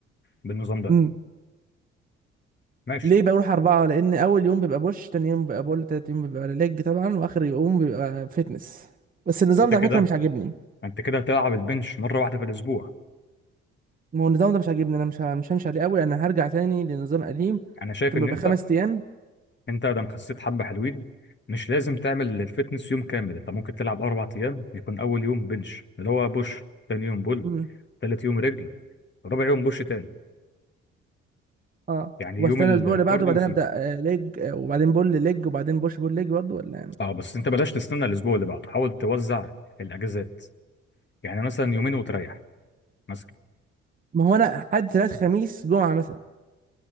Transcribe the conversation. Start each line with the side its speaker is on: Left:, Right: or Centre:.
Left: بالنظام ده
Right: امم
Left: ماشي
Right: ليه بروح اربعه لان اول يوم بيبقى بوش تاني يوم بيبقى بول تالت يوم بيبقى ليج طبعا واخر يوم بيبقى فتنس بس النظام
Left: بس انت
Right: ده
Left: كده
Right: على فكره مش عاجبني
Left: انت كده هتلعب البنش مره واحده في الاسبوع
Right: ما هو النظام ده مش عاجبني انا مش ه- مش همشي عليه قوي انا هرجع تاني لنظام قديم
Left: انا شايف
Right: كان
Left: ان
Right: بيبقى
Left: انت
Right: خمس ايام
Left: انت ده خسيت حبه حلوين مش لازم تعمل الفتنس يوم كامل انت ممكن تلعب اربع ايام يكون اول يوم بنش اللي هو بوش تاني يوم بول
Right: امم
Left: تالت يوم رجل رابع يوم بوش تاني
Right: اه
Left: يعني
Right: وبستنى
Left: يوم الكارديو
Right: الاسبوع اللي بعده وبعدين
Left: سيبه
Right: ابدا آه، ليج آه، وبعدين بول ليج وبعدين بوش بول ليج برضه ولا إيه؟
Left: اه بس انت بلاش تستنى الاسبوع اللي بعده حاول توزع الاجازات يعني مثلا يومين وتريح مثلا
Right: ما هو انا حد ثلاث خميس جمعه مثلا